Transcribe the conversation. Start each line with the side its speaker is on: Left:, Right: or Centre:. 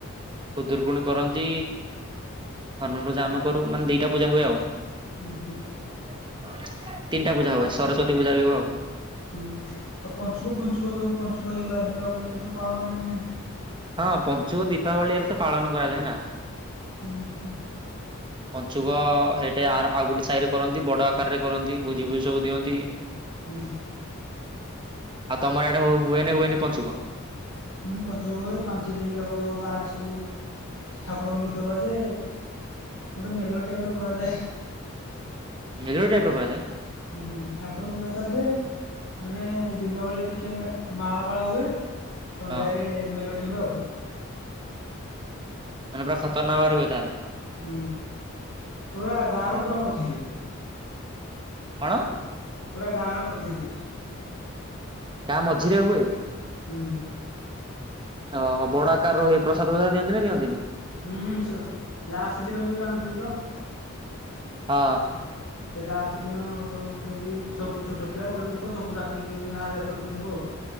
Right: ଖୁଦୁରକୁୁଣୀ କରନ୍ତି ହନୁମାନ ପୂଜା ଆମେ କରୁ ମାନେ ଦିଟା ପୂଜା ହୁଏ ଆଉ।
Left: ହୁଁ ହୁଁ
Right: ତିନିଟା ପୂଜା
Left: ଆଉ
Right: ହୁଏ ସରସ୍ଵତୀ ପୂଜା ବି ହୁଏ ଆଉ।
Left: ହୁଁ ଆଉ ପଞ୍ଚୁକ ପଞ୍ଚୁକ ଯୋଉ ପଞ୍ଚୁକ ହେଇଗଲା ଦୀପାବଳି ଏରେ ସବୁ ପାଳନା ନାହିଁ?
Right: ହଁ ପଞ୍ଚୁମ ଦୀପାବଳି ଏରା ତ ପାଳନ କରାଯାଏ ନା।
Left: ହୁଁ ହୁଁ।
Right: ପଞ୍ଚୁକ ହେଟେ ଆଉ ଗୋଟେ ସାଇରେ କରନ୍ତି ବଡ଼ ଆକାରରେ କରନ୍ତି ଭୋଜି ଫୋଜି ସବୁ ଦିଅନ୍ତି।
Left: ହୁଁ।
Right: ଆଉ ତମର ଆଡେ ହୁଏନି ହୁଏନି ପଞ୍ଚୁକ?
Left: ହଁ ପଞ୍ଚୁକ ହୁଏ ପାଞ୍ଚ ଦିନ ଯାକ ଗାଁ ରେ ସବୁ ଠାକୁରଙ୍କ ଗୀତ ବାଜେ ଗୋଟେ ମେଲୋଡ଼ି ଟାଇପର କରା ଯାଏ।
Right: ମେଲୋଡି଼ ଟାଇପି ର କରାଯାଏ?
Left: ହୁଁ ଠାକୁର ପୂଜା ଚାଲିଥାଏ ମାନେ ଦିନ ବେଳା ଟିକେ ମାଳା ପାଳା ହୁଏ ସନ୍ଧ୍ୟାରେ
Right: ହଁ
Left: ମେଲୋଡି ହୁଏ ଆଉ।
Right: ମାନେ ପୁରା ଖତରନାକରେ ହୁଏ ତାହେଲେ।
Left: ହୁଁ ପୁରା ଗାଁ
Right: ହଁ
Left: ର ପୁରା ମଝିରେ।
Right: କଣ?
Left: ପୁରା ଗାଁ ର ମଝିରେ।
Right: ଗାଁ ମଝିରେ ହୁଏ?
Left: ହୁଁ।
Right: ଓହୋ ବଡ ଆକାର ର ପ୍ରସାଦ ଫସାଦ ଦିଅନ୍ତି ନା ଦିଅନ୍ତିନି?
Left: ହୁଁ ହୁଁ ଲାଷ୍ଟ ଦିନ ଯୋଉ ଜାଣିଥିବୁ ତ?
Right: ହଁ।
Left: ସେ ଲାଷ୍ଟ ଦିନ ସବୁ ଦିଅନ୍ତି ସବୁ ଛୋଟ ପିଲା ବଡ ଲୋକ ସବୁ ଡାକିକି ଦିଅନ୍ତି ଗାଁ ଯାକ ଲୋକଙ୍କୁ ଆଉ।